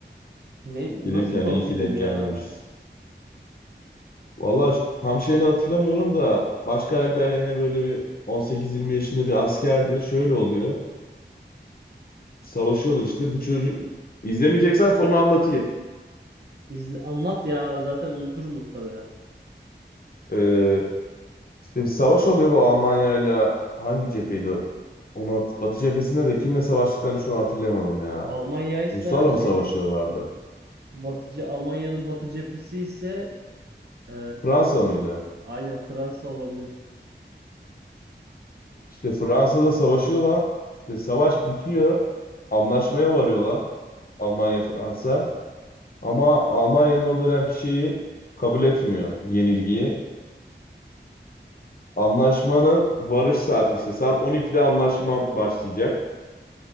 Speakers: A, on the right; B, on the left.
A: Ne,
B: Dedim
A: nasıl
B: ki hani
A: da o
B: iyi
A: film
B: ki denk
A: ya?
B: gelmemişiz. Valla tam şeyini hatırlamıyorum da baş karakter yine böyle bir 18-20 yaşında bir askerdi. Şöyle oluyor. Savaşıyorlar işte. Bu çocuk izlemeyeceksen sonra anlatayım.
A: İzle, anlat ya zaten unuturum muhtemelen.
B: Ee, İşte bir savaş oluyor bu Almanya'yla hangi cepheydi? o? Onu Batı cephesinde de kimle savaştıklarını şu an hatırlayamadım ya.
A: Almanya'ysa
B: Ruslarla
A: şeydir.
B: mı savaşıyorlardı?
A: Batıcı Almanya'nın batı cephesi ise Ee,
B: Fransa mıydı?
A: aynen Fransa olabilir.
B: İşte Fransa'da savaşıyorlar. İşte savaş bitiyor. Anlaşmaya varıyorlar. Almanya Fransa. Ama Almanya'nın o dönemki şeyi kabul etmiyor yenilgiyi. Anlaşmanın varış saati işte saat 12'de anlaşma başlayacak.